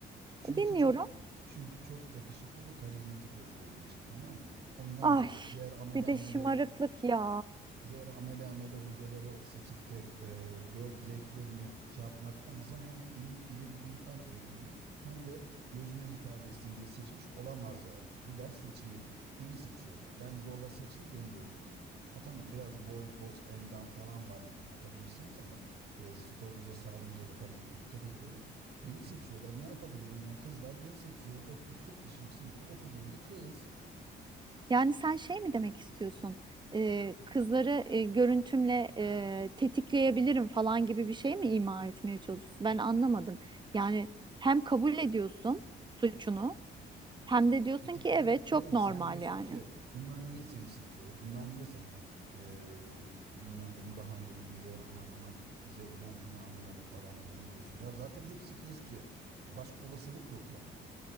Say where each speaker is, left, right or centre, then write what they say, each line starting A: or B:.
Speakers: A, on the right (about 55°); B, on the right (about 25°).
A: Çünkü
B: Dinliyorum.
A: çok çünkü çok yakışıklı ve karizmatik olduğum için tamam mı? Ondan
B: Ay
A: dolayı diğer amele
B: bir de
A: amele
B: şımarıklık ya.
A: diğer amele amele hocaları seçip de e, göz zevklerini şey yapmaktansa hem imi- ilim irfan öğreneyim hem de gözüme hitap etsin diye seçmiş olamazlar mı? Bu ders seçmedi, Beni seçiyorlar. Ben zorla seçin demiyorum yani. Ha tamam birazcık boy, poz, endam falan var yani akademisyeniz ama e, sporumuza, sağlığımıza da tabii ki dikkat ediyoruz. Beni seçiyorlar. Ne yapabilirim? Yani kızlar beni seçiyor. 30-40 kişilik sınıfta 34'ü kız.
B: Yani sen şey mi demek istiyorsun? Ee, kızları e, görüntümle e, tetikleyebilirim falan gibi bir şey mi ima etmeye çalışıyorsun? Ben anlamadım. Yani hem kabul ediyorsun suçunu hem de diyorsun
A: Tetiklemek
B: ki evet çok
A: değil.
B: normal
A: Sen diyorsun
B: yani.
A: ki bunlar niye seni seçiyor? Bunlar niye senle eee bilmem ne bir bahaneyle geliyor aman aman bize hocam şunu anlamadık falan filan diyorsun. Ya zaten hepsi kız ki. Başka olasılık yok yani.